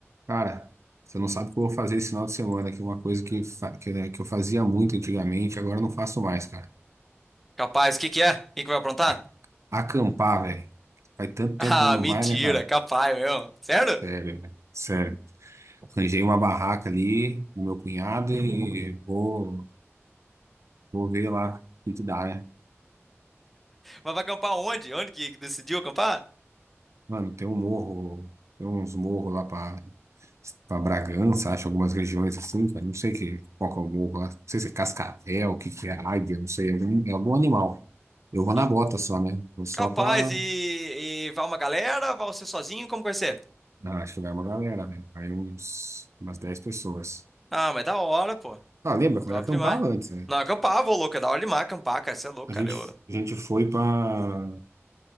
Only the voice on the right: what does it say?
Cara, você não sabe o que eu vou fazer esse final de semana, que é uma coisa que, fa- que, né, que eu fazia muito antigamente, agora eu não faço mais, cara.
A-
Acampar, velho. Faz tanto
tempo, né? Não
vai, né, cara?
Sério, velho. Sério. Arranjei uma barraca ali com meu cunhado e vou, vou ver lá o que que dá, né?
Mano, tem um morro, tem uns morros lá pra, pra Bragança, acho, algumas regiões assim, cara. Não sei que, qual que é o morro lá. Não sei se é Cascavel, o que que é Águia, não sei. É algum, é algum animal. Eu vou
na bota só, né? Vou só
pra.
Ah, acho que vai uma galera, velho. Vai uns, umas 10 pessoas.
Ah, lembra quando
eu acampava
antes, né?
A
gente,
a gente foi pra,